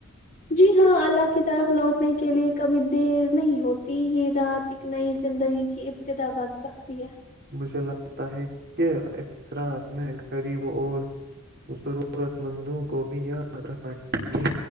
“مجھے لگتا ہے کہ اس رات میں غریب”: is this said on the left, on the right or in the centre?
Right